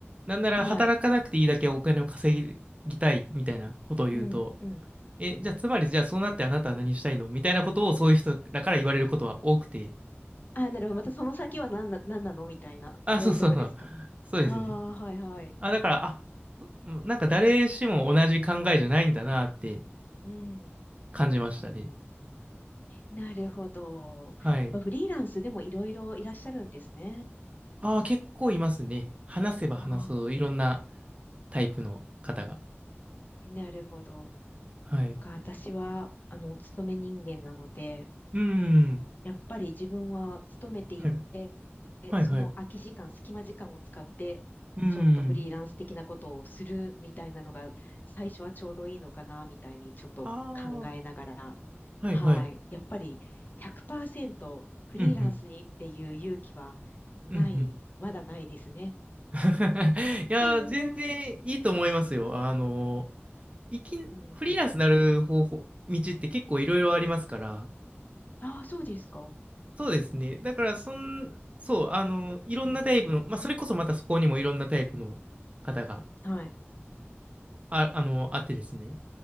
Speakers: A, on the right; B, on the left.
A: なんなら働かなくていいだけお金を稼ぎたいみたいなことを言うと、
B: はい。うんうん。
A: え、じゃあつまりじゃあそうなってあなたは何したいのみたいなことをそういう人だから言われることは多くて。
B: ああ、なるほど。またその先は何な、何なのみたいな、
A: あ、
B: そういうことですか。
A: そうそうそう。そうですね。
B: ああ、はいはい。
A: あ、だから、あ、うんなんか誰しも同じ考えじゃないんだなって
B: うん。
A: 感じましたね。
B: なるほど。
A: はい。
B: やっぱフリーランスでもいろいろいらっしゃるんですね。
A: ああ、結構いますね。話せば話すほどいろんな
B: あ
A: タイプの方が。
B: あ、なるほど。
A: はい。
B: か、私は、あの、お勤め人間なので、
A: うーん。
B: やっぱり自分は勤めていて、
A: はいはいはい。
B: その空き時間、
A: う
B: 隙間時間を使って、
A: ーん。
B: ちょっとフリーランス的なことをするみたいなのが、最初はちょうどいいのかな、みたいにちょっと考えながら、
A: ああ、はいはい。
B: はい。やっぱり100%フリーランスにっていう勇気はない、
A: うんうん。うんうん。
B: まだないですね。
A: <laughs> いやー、
B: <laughs>
A: 全然いいと思いますよ。あのー、いき、
B: うんうん。
A: フリーランスになる方法、道って結構いろいろありますから。
B: ああ、そうですか。
A: そうですね。だから、そん、そう、あのー、いろんなタイプの、
B: うん。
A: まあ、それこそまたそこにもいろんなタイプの方が、
B: はい。
A: あ、あのー、あってですね。